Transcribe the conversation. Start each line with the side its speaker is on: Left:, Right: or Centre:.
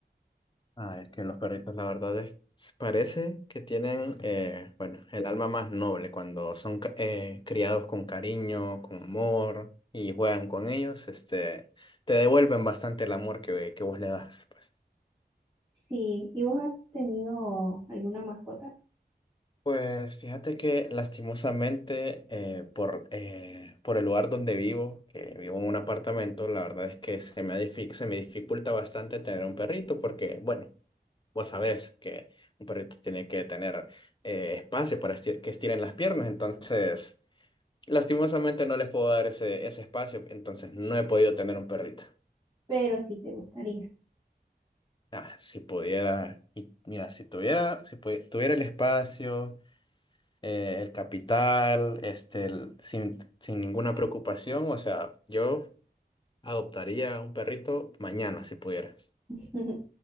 Left: Ah, es que los perritos, la verdad es, parece que tienen, eh, bueno, el alma más noble cuando son ca- eh, criados con cariño, con amor y juegan con ellos, este, te devuelven bastante el amor que, que vos le das, pues.
Right: Sí, ¿y vos has tenido alguna mascota?
Left: Pues fíjate que lastimosamente eh, por, eh, por el lugar donde vivo, que vivo en un apartamento, la verdad es que se me, dific- se me dificulta bastante tener un perrito porque, bueno, vos sabés que un perrito tiene que tener eh, espacio para esti- que estiren las piernas, entonces lastimosamente no les puedo dar ese, ese espacio, entonces no he podido tener un perrito.
Right: Pero sí te gustaría.
Left: Ah, si pudiera, y mira, si tuviera, si pudi- tuviera el espacio, eh, el capital, este, el- sin, sin ninguna preocupación, o sea, yo adoptaría un perrito mañana si pudiera.
Right: Ujú.